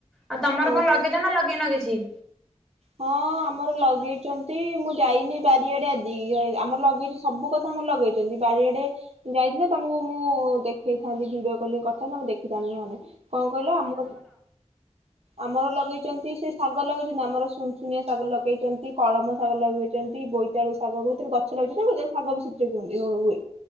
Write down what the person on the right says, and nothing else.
ଓହୋ
ହଁ ଆମର ଲଗେଇଚନ୍ତି ମୁଁ ଯାଇନି ବାରିଆଡେ ଆଜି ଆମର ଲଗେଇଚୁ ସବୁ କଥା ଆମର ଲଗେଇଚନ୍ତି ବାରିଆଡେ ଯାଇଥିଲେ ତମକୁ ମୁଁ ଦେଖେଇଥାନ୍ତି ଭିଡିଓ କଲିଂ କରିଥାନ୍ତି ତମେ ଦେଖିଥାନ୍ତ ମାନେ କଣ କହିଲ ଆମର ଆମର ଲଗେଇଚନ୍ତି ସେ ଶାଗ ଲଗେଇଛନ୍ତି ଆମର। ସୁନସୁନିଆ ଶାଗ ଲଗେଇଚନ୍ତି, କଳମ ଶାଗ ଲଗେଇଚନ୍ତି, ବୋଇତାଳୁ ଶାଗ କଉଥିରେ ଗଛ ଲଗେଇଛନ୍ତି ଶାଗ ବି ସେଥିରେ ହୁଅ ହୁଏ।